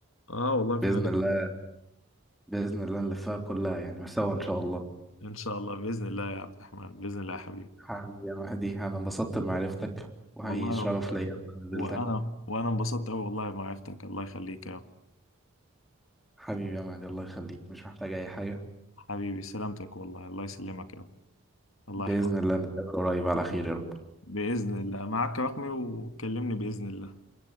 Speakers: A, on the left (about 70°); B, in the centre.
A: اه والله في
B: بإذن
A: حاجه
B: الله بإذن الله نلفها كلها يعني سوا إن شاء الله
A: ان شاء الله باذن الله يا عبد الرحمن باذن الله يا حبيبي
B: حبيبي يا مهدي أنا انبسطت بمعرفتك وحقيقي
A: والله
B: شرف ليا إن أنا
A: وانا
B: قابلتك
A: وانا انبسطت قوي والله بمعرفتك الله يخليك يا
B: حبيبي يا مهدي الله يخليك مش محتاج أي حاجة
A: حبيبي سلامتك والله الله يسلمك يا رب الله
B: بإذن
A: يحفظك
B: الله نتقابل قريب على خير يا رب
A: بإذن الله معك رقمي وكلمني بإذن الله